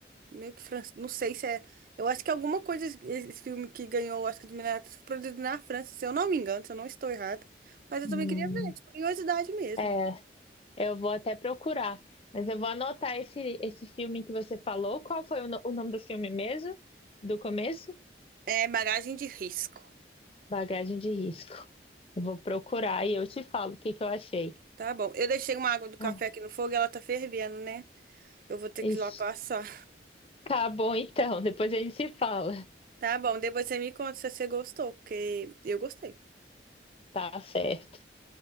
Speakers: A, on the right; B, on the left.
A: Meio que francês. Não sei se é. Eu acho que alguma coisa, esse esse filme que ganhou o Oscar de melhor atriz, foi produzido na França, se eu não me engano, se eu não estou errada. Mas eu
B: Hum,
A: também queria ver, de curiosidade mesmo.
B: é, eu vou até procurar. Mas eu vou anotar esse, esse filme que você falou. Qual foi o, no- o nome do filme mesmo? Do começo?
A: É, bagagem de risco.
B: Bagagem de risco. Eu Vou procurar e eu te falo o que que eu achei.
A: Tá bom. Eu deixei uma água do café
B: Tá.
A: aqui no fogo e ela tá fervendo, né? Eu vou ter que
B: Ixi.
A: ir lá passar.
B: Tá bom, então. Depois a gente se fala.
A: Tá bom, depois você me conta se você gostou, porque eu gostei.
B: Tá certo.